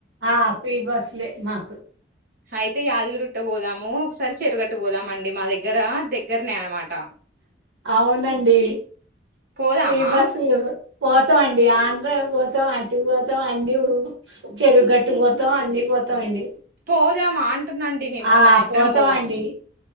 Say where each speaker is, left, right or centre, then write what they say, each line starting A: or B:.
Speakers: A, on the right; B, on the right.
A: ఆ పి బస్సులే మాకు.
B: అయితే యాదగిరి ఉుట్టబోదాము. సరే చెరుగట్టుకు వొదామండి మా దగ్గర, దగ్గరనే అన్నమాట.
A: అవునండి,
B: పోదామా
A: పి బస్సులు. పోతాం అండి, ఆంధ్ర పోతాం, అటు పోతాం, అన్ని ఊ. చెరువు గట్టు బోతాం, అన్ని బోతా అండి.
B: పోదామా అంటున్నాండి నేను,
A: ఆ
B: మన ఇద్దరం
A: పోతాం
B: బోదామ్.
A: అండి